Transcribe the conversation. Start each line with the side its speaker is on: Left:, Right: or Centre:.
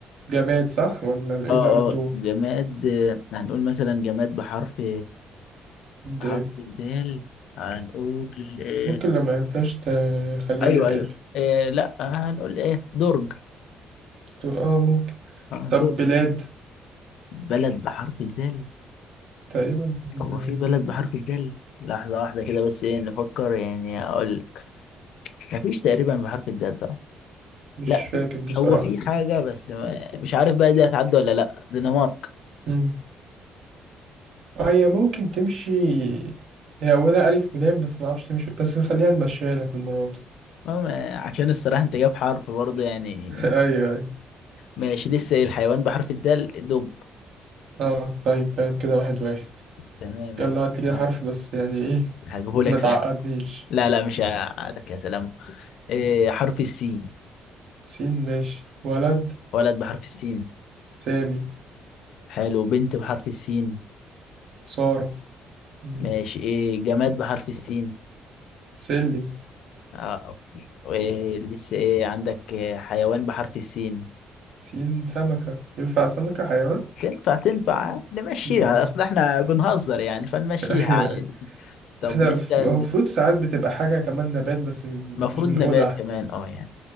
Right: جماد صح ولا إيه
Left: اه
Right: اللي على الدور؟
Left: اه جماد آه، هنقول مثلا جماد بحرف بحرف
Right: دال
Left: الدال هنقول إيه
Right: ممكن لو ما عرفتهاش تخليها
Left: ايوه
Right: للآخر
Left: ايوه إيه لا هنقول ايه درج
Right: تقول اه ممكن
Left: اه
Right: طب
Left: درج
Right: بلاد
Left: بلد بحرف الدال
Right: تقريبا
Left: هو
Right: آه،
Left: في بلد بحرف الدال لحظة واحدة كده بس ايه نفكر يعني اقول لك مفيش تقريبا بحرف الدال صح
Right: مش
Left: لا
Right: فاكر
Left: في
Right: بصراحة
Left: هو في حاجة بس ما- مش عارف بقى دي هتعدي ولا لا دنمارك
Right: مم. آه، هي ممكن تمشي هي أولها ألف ولام بس ما أعرفش تمشي بس خليها نمشيها لك المرة دي
Left: أما عشان الصراحة انت جايب حرف برضه يعني
Right: <laughs> أيوه أيوه
Left: ماشي لسه الحيوان بحرف الدال دب
Right: اه طيب تمام كده واحد واحد
Left: تمام
Right: يلا
Left: هجيب-
Right: هات لي كده
Left: انا
Right: حرف بس يعني إيه
Left: هجيبه لك
Right: <laughs> ما تعقدنيش
Left: سهل لا لا مش هقعدك يا سلام إيه حرف السين
Right: سين ماشي ولد
Left: ولد بحرف السين
Right: سامي
Left: حلو بنت بحرف السين
Right: سارة مم.
Left: ماشي ايه جماد بحرف السين
Right: سلم
Left: آه. إيه لسه ايه عندك إيه حيوان بحرف السين
Right: سين سمكة ينفع سمكة حيوان؟
Left: تنفع تنفع نمشيها
Right: مم.
Left: اصل احنا بنهزر يعني فنمشيها
Right: <laughs> أيوه أيوه
Left: عادي طب
Right: احنا
Left: لسه
Right: ف- المفروض ساعات بتبقى حاجة كمان نبات بس م-
Left: المفروض
Right: مش بنقولها
Left: نبات كمان اه يعني